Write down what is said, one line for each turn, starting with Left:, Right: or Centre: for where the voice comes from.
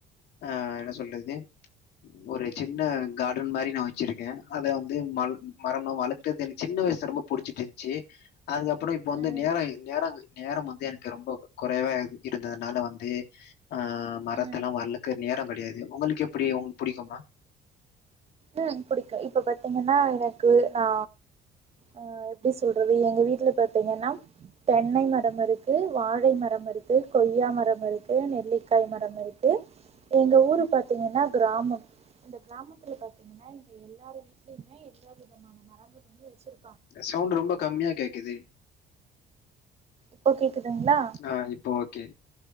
Left: ஆ என்ன சொல்றது ஒரு சின்ன கார்டன் மாரி நா வச்சிருக்கே அத வந்து ம மரம்னோ வளக்கறது எனக்கு சின்ன வயசு ரொம்ப புடிச்சிட்ருந்துச்சி அதுக்கப்ற இப்ப வந்து
Right: ம்
Left: நேர நேர நேரம் வந்து எனக் கு ரொம்ப குறைவா இருந்ததுனால வந்து ஆ மரத்தெல்லாம்
Right: ம்
Left: வளக்க நேரம் கிடையாது உங்களுக்கு எப்டி உங்களுக்கு புடிக்குமா
Right: ம் புடிக்கும் இப்ப பாத்தீங்கன்னா எனக்கு நா ஆ எப்டி சொல்றது எங்க வீட்ல பாத்தீங்கன்னா தென்னை மரம் இருக்கு வாழை மரம் இருக்கு கொய்யா மரம் இருக்கு நெல்லிக்காய் மரம் இருக்கு எங்க ஊரு பாத்தீங்கன்னா கிராமம் அந்த கிராமத்துல பாத்தீ என்னா இங்க எல்லாரு வீட்லயுமே எல்லா விதமான மரங்கள் வந்து வச்சிரு
Left: சவுண்டு ரொம்ப கம்மியா கேக்குது
Right: இப்போ கேக்குதுங்களா
Left: ஆ இப்ப ஓகே